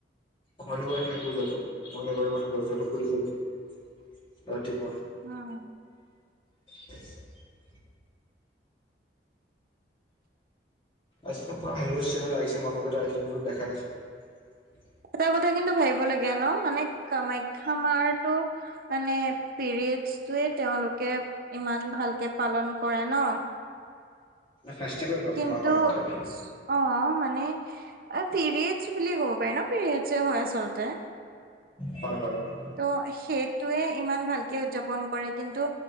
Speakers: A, on the left; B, on the right.
A: শনিবাৰ শেষ হৈ যাব শনিবাৰ মানে গজা খুলি যাব
B: উম।
A: <unintelligible> আজতে পুৰা নিউজ চেনেল আহিছে মানুহকেইটা আহিছে নিউজত দেখাই আছে
B: এটা কথা কিন্তু ভাবিব লগীয়া ন মানে কামাখ্যা মাৰটো মানে পিৰিয় তেওঁলোকে ইমান ভালকে পালন কৰে ন
A: ফেষ্টিভেল হয়
B: কিন্তু
A: মা কামাখ্যাৰ,
B: অ মানে পিৰিয়েডছ বুলিয়ে ক'ব পাৰি ন পিৰিয়েডছ হয় আচলতে
A: হয় হয় হয়।
B: ত' সেইটোৱে ইমান ভালকে উদযাপন কৰে কিন্তু